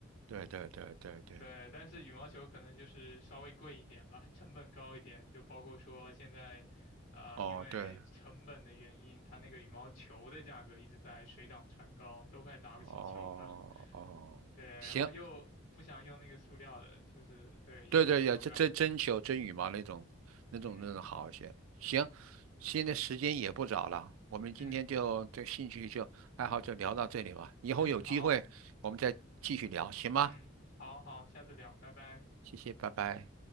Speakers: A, on the right; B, on the left.
A: 对对对对对，
B: 对，但是羽毛球可能就是稍微贵一点吧，成本高一点，就包括说现在，呃，
A: 哦对，
B: 因为成本的原因，它那个羽毛球的价格一直在水涨船高，都快打不起球了。
A: 哦哦，
B: 对，
A: 行，
B: 然后又不想用那个塑料的，就是对，影响手感。
A: 对对也这这真球真羽毛那种那种那种好一些。
B: 嗯
A: 行，现在时间也不早了，我们今天就这兴趣就爱好就聊到这里吧，
B: 嗯
A: 以后有机会我们再继续聊，
B: 嗯，好，
A: 行吗？
B: 嗯，好好，下次聊，拜拜。
A: 谢谢，拜拜。